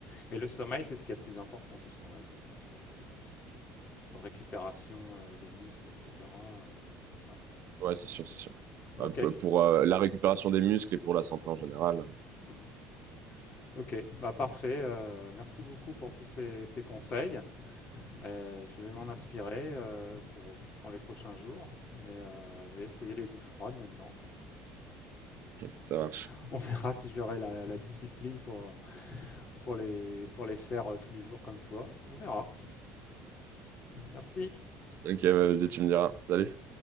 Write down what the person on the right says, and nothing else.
Ouais, c'est sûr, c'est sûr.
Bah, p- Pour euh, la récupération des muscles et pour la santé en général,
ça marche.
Ok, bah, vas-y, tu me diras. Salut.